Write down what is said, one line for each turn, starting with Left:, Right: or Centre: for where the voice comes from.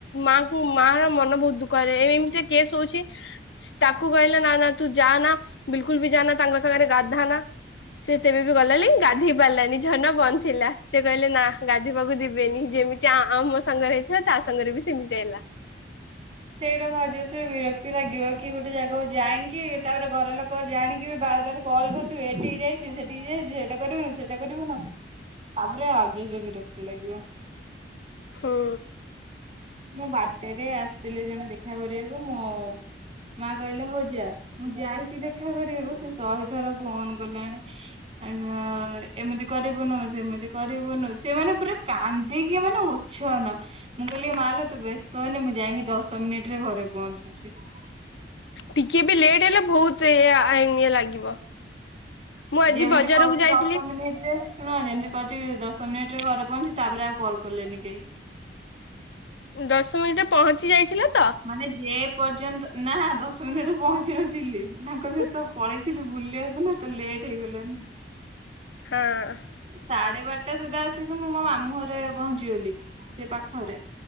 Left: ମାଙ୍କୁ ମା ର ମନ ବୋହୁତ ଦୁଖ କହିଲେ ଏମିତି କେସ୍ ହଉଛି। ତାକୁ କହିଲେ ନା-ନା ତୁ ଯା ନା ବିଲକୁଲ ବି ଯା ନା ତାଙ୍କ ସାଙ୍ଗରେ ଗାଧାନା। ସେ ତେବେ ବି ଗଲାନି ଗାଧେଇ ପାରିଲାନି ଝର୍ଣା ବନ୍ଦ ଥିଲା ସେ କହିଲେ ନା ଗାଧୋଇବାକୁ ଯିବେନି, ଯେମିତି ଆମ ସାଙ୍ଗରେ ହେଇଥିଲା ତା ସାଙ୍ଗରେ ବି ସେମିତି ହେଲା।
Right: ସେଇଟା ଭାରି ଜୋରେ ଫେରେ ବିରକ୍ତି ଲାଗିବ କି ଗୋଟେ ଜାଗାକୁ ଯାଇଁକି ତାପରେ ଘର ଲୋକ ଜାଣିକି ବି ବାର୍ ବାର୍ କଲ୍ କରୁଥିବେ ଏଠିକି ଯାଇଛୁ ସେଠିକି ଯାଇଛୁ ଏଇଟା କରିବୁନୁ ସେଇଟା କରିବୁନୁ। ତାପରେ ଆଉ ଜୋରସେ ବିରକ୍ତି ଲାଗିବ।
Left: ହୁଁ।
Right: ମୁଁ ବାର୍ଥଡେ ରେ ଆସିଥିଲେ ଜଣେ ଦେଖା କରିବାକୁ ମୋ ମା କହିଲା ହଉ ଯା ମୁଁ ଯାଇଛି ଦେଖା କରିବାକୁ ସେ ଶହେ ଥର ଫୋନ କଲାଣି। ଆ ଏମିତି କରିବୁନୁ ସେମିତି କରିବୁନୁ ସେ ମାନେ ପୁରା କାନ୍ଦିକି ମାନେ ଉ ଉଛନ ମୁଁ କହିଲି ମାଲୋ ତୁ ବ୍ୟସ୍ତ ହୋନି ମୁଁ ଯାଇକି ଦଶ ମିନିଟ ରେ ଘରେ ପହଞ୍ଚୁଛି।
Left: ଟିକେ ବି ଲେଟ୍ ହେଲେ ବୋହୁତ ଏୟା ଆଇନ ଇଏ ଲାଗିବ। ମୁଁ ଆଜି
Right: ଯେମିତି
Left: ବଜାରକୁ
Right: କହିଛି
Left: ଯାଇଥିଲି
Right: ଦଶ ମିନିଟ ରେ ଶୁଣ ଯେମିତି ମୁଁ ଆସି ଦଶ ମିନିଟ ରେ ଘରେ ପହଞ୍ଚି ତାପରେ ଆଉ କଲ୍ କଲେନି କେହି।
Left: ଦଶ ମିନିଟରେ ପହଞ୍ଚି ଯାଇଥିଲ ତ।
Right: ମାନେ ଯେ ପର୍ଯ୍ୟନ୍ତ ନା ଦଶ ମିନିଟରେ ପହଞ୍ଚି ନଥିଲି ତାଙ୍କ
Left: ହଁ
Right: ସହିତ ପଳେଇ ଥିଲୁ ବୁଲିବାକୁ ନା ତ ଲେଟ୍ ହେଇଗଲା ନା
Left: ହଁ।
Right: ସାଢେ ବାରଟା ସୁଦ୍ଧା ଆସିକି ମୁଁ ମୋ ମାମୁ ଘରେ ପହଞ୍ଚିଗଲି ସେ ପାଖରେ।